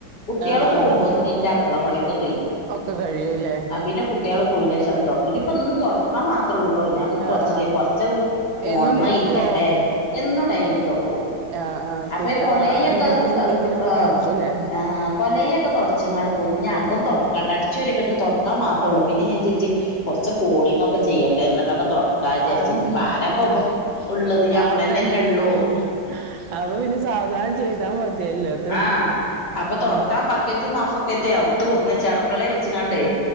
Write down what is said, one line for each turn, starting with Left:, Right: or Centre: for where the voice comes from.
Left: കുട്ടികള്
Right: ആഹ്
Left: പോകുമ്പോത്തന്നെ
Right: ആഹ്
Left: ഇന്റെ അടുക്കള പണിയൊക്കെ തീരും
Right: ഒക്കെ കഴൂല്ലേ
Left: ആഹ് പിന്നെ കുട്ടികള് പോയി ശേഷം അങ്ങ് തൊടക്കൂ ഇപ്പൊ ഇന്ന് തൊടക്കാൻ മാത്രം മാത്രേള്ളൂട്ടോ ഞാൻ ഇന്ന്
Right: ആഹ്
Left: തുടച്ചില്ല
Right: ആഹ്
Left: കുറച്ച് ഫോണുമ്മേ
Right: എന്നും തൊടക്കുവോ
Left: ഇരിക്കട്ടെ എന്നും ഡൈലി തൊടക്കും
Right: ആഹ് ആഹ്
Left: അപ്പൊ
Right: കുട്ട
Left: ഈ കൊലയിയൊക്കെ
Right: ഉണ്ടെങ്കിലും ഇല്ലെങ്കിലും ഒക്കെ
Left: ആഹ്
Right: തൊടക്കൂല്ലേ
Left: ആ കൊലയിയൊക്കെ തുടച്ച്ങ്ങട് പോ ഇനി അകം തുടക്ക കണ്ട് അടിച്ച് വാരിയൊക്കെ ഇട്ടു തുടക്കാൻ മാത്രേയള്ളൂ പിന്നൊ ഞാൻ വിജാരിച്ച് കുറച്ച് കോളിങ്ങ് ഒക്കെ ചെയ്യട്ടെ എന്നിട്ടൊക്കെ തുടക്ക കട്ട വിചാരിച്ച്
Right: ആഹ്
Left: ഇപ്പ ആരപ്പ്പ
Right: ആഹ്
Left: ഉള്ളത് ഞമ്മളന്നെല്ലേ
Right: അതന്നെ അതന്നെ
Left: ഉള്ളൂ
Right: അപ്പൊ പിന്നെ സാവധാനം ചെയ്താ മതിയല്ലോ അത്
Left: ആഹ് അപ്പൊ
Right: ഉം
Left: തൊടക്കാൻ ബക്കറ്റും മാഫും റ്റേ അവത്ത് കൊണ്ടന്ന് അടക്കളെ വെച്ചിക്കാണ്ടേ